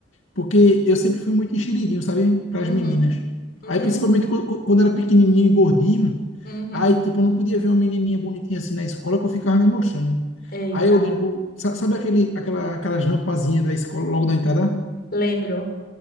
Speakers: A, on the left; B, on the left.
A: Porque eu sempre fui muito enxeridinho, sabe? Para
B: Uhum.
A: as meninas.
B: Uhum.
A: Aí, principalmente qu- qu- quando era pequenininho e gordinho,
B: Uhum.
A: aí, tipo, eu não podia ver uma menininha bonitinha assim na escola que eu ficava me mostrando.
B: Eita.
A: Aí eu lembro, sa- sabe aquele, aquela, aquelas rampazinhas da escola logo da entrada?
B: Lembro.